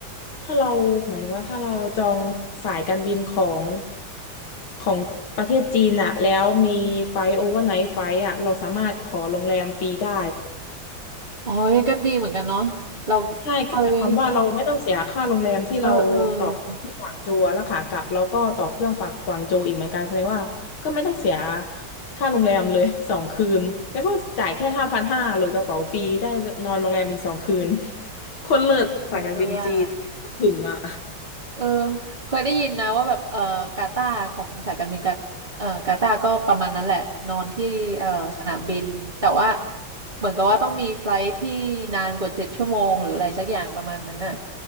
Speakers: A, on the left; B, on the right.
A: ถ้าเราหมายถึงว่าถ้าเราจองสายการบินของของประเทศจีนอะแล้วมีไฟโอเวอร์ไนท์ไฟอะเราสามารถขอโรงแรมฟรีได้
B: โอ้ยก็ดีเหมือนกันเนาะเรา
A: ใช่ก็หมายความว่าเราไม่ต้องเสียค่าโรงแรมที่เราต่อที่กวางโจวแล้วขากลับเราก็ต่อเครื่องกวางกวางโจวอีกเหมือนกันแสดงว่าก็ไม่ต้องเสีย
B: เคยเออเออ
A: ค่าโรงแรมเลยสองคืนแล้วก็จ่ายแค่ห้าพันห้าหลดกระเป๋าฟรีได้นอนโรงแรมอีกสองคืนคนเลิศสายการบินจีน
B: จังเลยอ่ะ
A: ถึงอ่ะ
B: เออเคยได้ยินนะว่าแบบเออกาตาร์ของสายการบินกาเออกาตาร์ก็ประมาณนั้นแหละนอนที่เออสนามบินแต่ว่าเหมือนกับว่าต้องมีไฟล์ทที่นานกว่าเจ็ดชั่วโมงหรืออะไรสักอย่างประมาณนั้นน่ะ